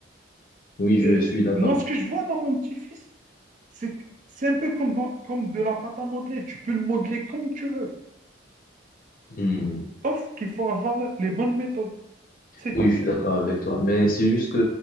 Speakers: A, on the left; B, on the right.
A: Oui, je
B: Euh,
A: suis d'accord.
B: moi, ce que je vois dans mon petit-fils, c'est que c'est un peu comme, dans- comme de la pâte à modeler. Tu peux le modeler comme tu veux.
A: Hmm.
B: Sauf qu'il faut avoir le- les bonnes méthodes. C'est
A: Oui,
B: tout.
A: je suis d'accord avec toi. Mais c'est juste que